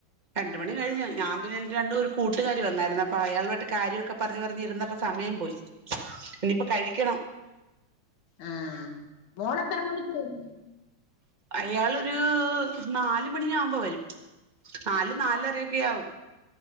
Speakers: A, on the right (about 35°); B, on the left (about 70°).
A: രണ്ട് മണി കഴിഞ് ഞാൻ പിന്നെ എന്റെ രണ്ട് ഒരു കൂട്ടുകാരി വന്നാരുന്നു. അപ്പോ അയാളുമായിട്ട് കാര്യൊക്കെ പറഞ്ഞിപറഞ്ഞിരുന്നപ്പൊ സമയം പോയി ഇനി ഇപ്പം കഴിക്കണം
B: ആ മോൾ എത്ര മണിക്ക് വെരും
A: അയാൾ ഒരു നാല് മണിയാവുമ്പോ വരും നാല് നാലരൊക്കെ ആകും